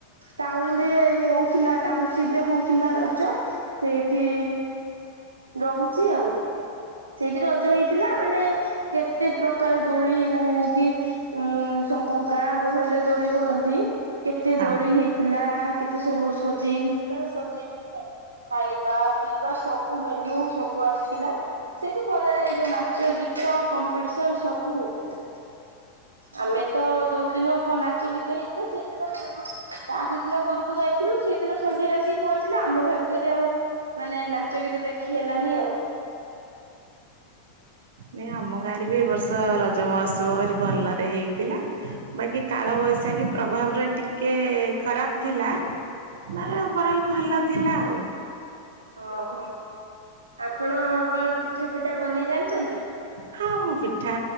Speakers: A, on the right; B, on the right.
A: ଟାଉନରେ ହଉଥିଲା ଟାଉନସିପ ରେ ହଉଥିଲା ରଜ। ସେଇଠି ରହୁଛି ଆଉ। ସେଇଠି ରଜ ହେଇଥିଲା ମାନେ କେତେ ପ୍ରକାର ଦୋଳି ମାନେ ଯେମିତି ଉଁ ସବୁ ଗାଁ ଗହଳିରେ ଦୋଳି କରନ୍ତି କେତେ
B: ହଁ
A: ଦୋଳି ହେଇ ଥିଲା କେତେ ସବୁ ସଜେଇ ହେଇଥିଲା ସଜେଇକି ଖାଇବା ପିଇବା ସବୁ ମେନୁ ସବୁ ଆସିଥିଲା। ସେଇଠି ଭଲରେ ଏଇ ଯୋଉ ନାଚ ଗୀତ କମ୍ପିଟିସନ ସବୁ ହଉଥିଲା। ଆମେ ତ ଯୋଉ ଦିନ ନାଚ ଗୀତ ହେଇଥିଲା ସେଇଦିନ ଘରୁ ଆଗ ଦିନ ଘରୁ ଯାଇଥିଲୁ ସେଇଦିନ ସନ୍ଧ୍ୟାରେ ଆସିକି ପହଞ୍ଚିଲା ଆମ ଭାଗ୍ୟରେ ଆଉ। ମାନେ ନାଚ ଗୀତ ଦେଖି ହେଲାନି ଆଉ।
B: ନାଇଁ ଆମ ଗାଁ ରେ ବି ଏ ବର୍ଷ ରଜ ମହୋତ୍ସବ ଭରି ଭଲରେ ହେଇଥିଲା। ବାକି କାଳ ବୈଶାଖୀ ପ୍ରଭାବରେ ଟିକେ ଖରାପ ଥିଲା। ନରେ ଓଭର ଅଲ୍ ଭଲ ଥିଲା ଆଉ।
A: ଓହୋ ଆପଣ କଣ ପିଠା ପିଠା ବନେଇ ଜାଣିଛନ୍ତି।
B: ହଁ ମୁଁ ପିଠା